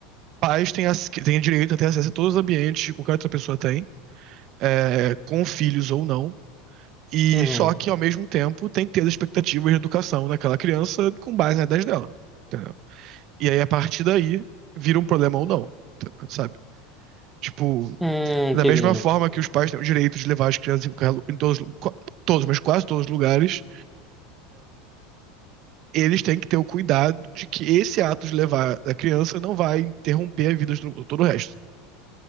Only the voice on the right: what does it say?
pais têm, ac- têm direito a ter acesso a todos os ambientes, que qualquer outra pessoa tem, é, com filhos ou não. E
só que, ao mesmo tempo, tem que ter as expectativas de educação daquela criança com base nas ideias dela. Entendeu? E aí, a partir daí, vira um problema ou não, entendeu? sabe? Tipo,
da mesma forma que os pais têm o direito de levar as crianças em, qualquer lu- em todos, qua- não todos, mas quase todos os lugares, eles têm que ter o cuidado de que esse ato de levar a criança não vai interromper a vida de todo todo o resto.